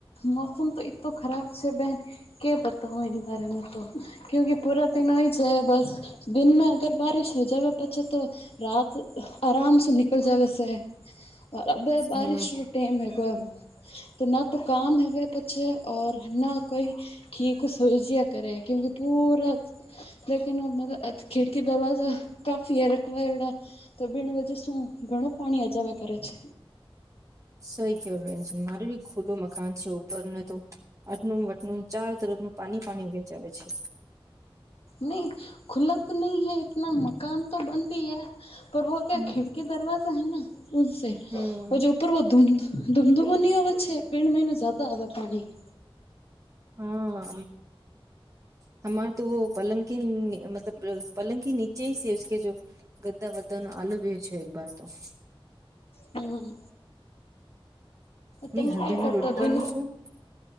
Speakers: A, on the left; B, on the right.
A: મોસમ તો એતો ખરાબ છે બહેન કે બતાવું એ બાર મે તો. ક્યો કે પુરા તે નય છે બસ દિન મે અગર બારિશ હો જવે પછે તો રાત આરામ સે નિકલ જવે સે. અબ બારિશ
B: હમ
A: ટાઈમ હ ગ <unintelligible> તો ના, તો કામ હવે પછી ઓર ના કોઈ. ઠીક, સ હોઈ જ કરે, ક્યુંકે પૂરા. લેકિન વો મેરા ખિડકી દરવાજા કાફી એ રખવેડા. તો બીણ વજેસુ શું ઘણું પાણી અજાવે કરે છે.
B: સહી કેવાય બેન, મારું બી ખુલ્લું મકાન છે, ઉપરને તો. આટનું વટનું ચાર તરફનું પાણી પાણી વેચાવે છે.
A: નહી ખુલા તો નહી હૈ, એતના મકાન તો બંધ હૈ. પર વો ક્યા
B: હમ
A: ખિડકી દરવાજા હૈ, સે
B: હમ
A: જો <inaudible> ઉપવ ધૂમ ધૂમધૂમો નહી હોવે છે વીણ મહિનું જદા આવે પાણી. <inaudible>
B: હા, તમાર તો પલંગ કીન મતલબ પલંગ કી ની <unintelligible> ચ સસ કે જો ગદ્દા વદદા નો આલો વિયો છે એક વાર તો. <inaudible>
A: હમ્મ. તમે
B: મેં હસબેન્ડ
A: ક્યા કરતા
B: ન રોટી
A: બિન
B: બનાવું છું